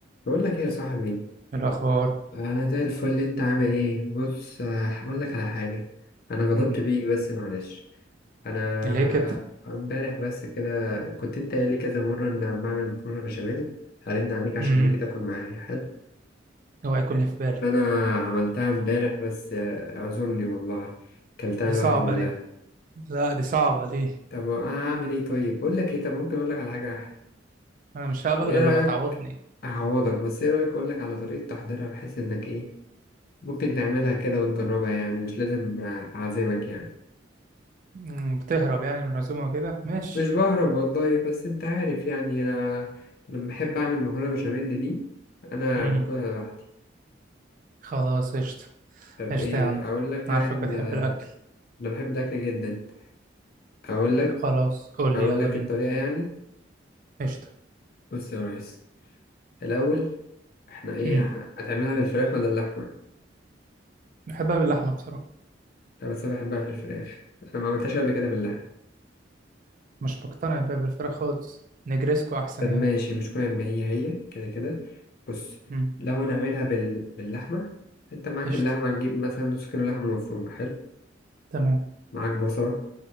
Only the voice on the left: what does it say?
بقول لك ايه يا صاحبي
انا زي الفل انت عامل ايه بص آه، هقول لك على حاجه انا غضبت
بيك بس معلش انا
امبارح بس كده كنت انت قايل لي كذا مره ان لما اعمل مكرونه بشاميل هرن عليك عشان
ليه كده تاكل معايا حلو
انا عملتها امبارح بس آه، اعذرني والله كلتها
لوحدي
كلها
طب اعمل ايه طيب بقول لك ايه طب ممكن اقول لك على حاجه احلى
ايه
رايك
اعوضك بس ايه رايك اقول لك على طريقه تحضيرها بحيث انك ايه ممكن تعملها كده وتجربها يعني مش لازم أعزمك يعني
مش بهرب والله بس أنت عارف يعني أنا لما بحب أعمل مكرونة بشاميل دي أنا
باكلها لوحدي
طب
إيه
أقول لك
يعني ال-
أنا بحب الأكل جدا أقول لك
أقول
لك
الطريقة يعني
بص يا ريس الأول إحنا إيه
هتعملها بالفراخ ولا اللحمة؟
أنا بس بحبها في الفراخ أنا ما عملتهاش قبل كده باللحمة
طب ماشي
مش مهم هي هي كده كده بص
لو هنعملها بال... باللحمة انت معاك
اللحمة هتجيب مثلا نص كيلو لحمة مفرومة حلو
معاك بصلة